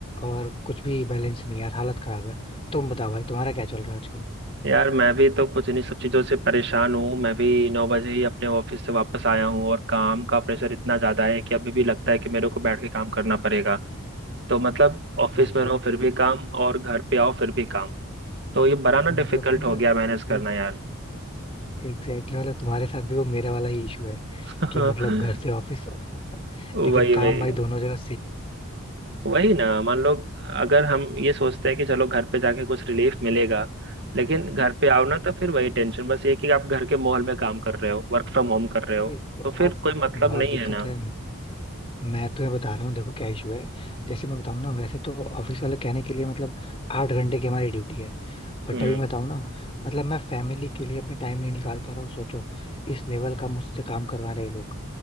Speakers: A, on the left; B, on the right.
A: और कुछ भी बैलेंस नहीं है यार हालत खराब है तुम बताओ भाई तुम्हारा क्या चल रहा है आजकल
B: यार मैं भी तो कुछ इन्हीं सब चीज़ों से परेशान हूँ मैं भी नौ बजे ही अपने ऑफिस से वापस आया हूँ और काम का प्रेशर इतना ज़्यादा है कि अभी भी लगता है कि मेरे को बैठ के काम करना पड़ेगा तो मतलब ऑफिस
A: ना ये
B: में रहो फिर भी काम और घर पे आओ फिर भी काम तो ये बड़ा ना
A: मतलब
B: डिफिकल्ट
A: तुम्हारे
B: हो गया
A: साथ
B: मैनेज
A: भी
B: करना यार
A: एग्जैक्टली मतलब तुम्हारे साथ भी वो मेरे वाला ही इशू है
B: <laughs>
A: कि मतलब घर से ऑफिस ऑफिस से घर लेकिन
B: वही
A: काम
B: वही
A: भाई दोनों जगह
B: वही ना मान लो अगर हम ये सोचते हैं कि चलो घर पे जाके कुछ रिलीफ मिलेगा लेकिन घर पे
A: सेम
B: आओ ना तो फिर वही टेंशन बस ये कि आप घर के माहौल में काम कर रहे हो वर्क फ्रॉम होम कर रहे हो
A: भाई बहुत
B: तो फिर कोई मतलब
A: बहुत
B: नहीं
A: दिक्कत
B: है ना
A: है मैं तुम्हें बता रहा हूँ देखो क्या इशू है जैसे मैं बताऊँ ना वैसे तो ऑफिस वाले कहने के लिए मतलब आठ घंटे की हमारी ड्यूटी है बट
B: हम्म
A: अभी मैं बताऊँ ना मतलब मैं फैमिली के लिए अपने टाइम नहीं निकाल पा रहा हूँ सोचो इस लेवल का मुझसे काम करवा रहे हैं ये लोग